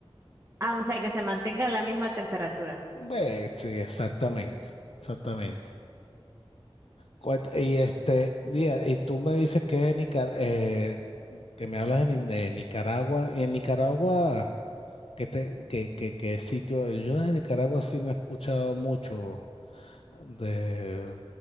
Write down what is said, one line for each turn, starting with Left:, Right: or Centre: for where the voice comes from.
Right: Ah, o sea que se mantenga la misma temperatura
Left: Pues, sí, exactamente. Exactamente. Cuenta- Y este, mira, y tú me dices que es Nicar- eh, que me hablas de, mi- de Nicaragua, y en Nicaragua, ¿qué te, qué, qué- qué sitio? Yo en Nicaragua sí no he escuchado mucho de,